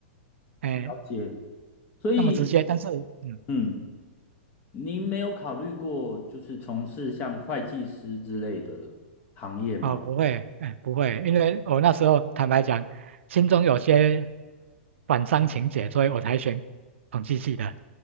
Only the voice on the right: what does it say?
哎
那么直接。但是，嗯，
哦，不会，哎，不会，因为我那时候坦白讲，心中有些反商情结，所以我才选统计系的。